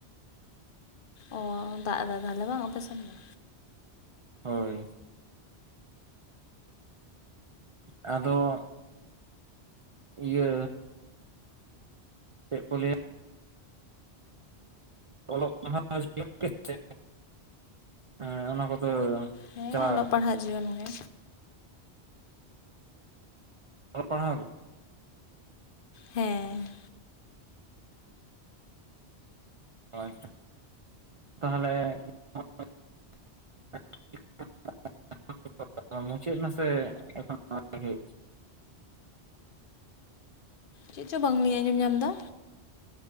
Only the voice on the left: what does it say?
ᱚ ᱫᱟᱜ ᱫᱟᱭ ᱛᱟᱦᱚᱞᱮ ᱵᱟᱝ ᱚᱯᱮᱥᱮᱱ ᱫᱚ
ᱦᱮᱸ
ᱚᱞᱚᱜ ᱯᱟᱲᱦᱟᱜ ᱡᱤᱭᱚᱱ ᱜᱮ
ᱦᱮᱸ
ᱪᱮᱫ ᱪᱚᱝ ᱵᱟᱝᱞᱤᱧ ᱟᱸᱡᱚᱢ ᱧᱟᱢ ᱮᱫᱟ?